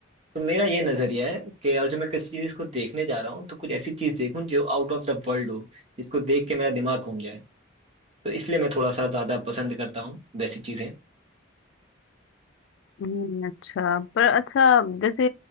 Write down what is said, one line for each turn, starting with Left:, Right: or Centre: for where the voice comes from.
Right: तो मेरा ये नजरिया है कि अगर जो मैं किसी चीज को देखने जा रहा हूँ तो कुछ ऐसी चीज देखूं जो आउट ऑफ द वर्ल्ड हो जिसको देख के मेरा दिमाग घूम तो इसलिए मैं थोड़ा सा ज्यादा पसंद करता हूँ वैसी चीजें
Left: हम्म, अच्छा पर अच्छा जैसे